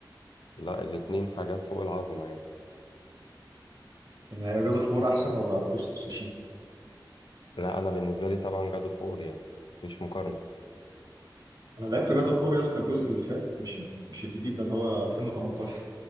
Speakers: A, on the left; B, on the right.
A: لا الاتنين حاجات فوق العظمة يعني
B: يعني هي جاد أوف وور أحسن ولا جوست أوف سوشيما؟
A: لا انا بالنسبه لي طبعا جادو فور يعني مفيش مقارنه
B: أنا لعبت جاد أوف وور يا اسطى الجزء اللي فات مش مش الجديد ده اللي هو 2018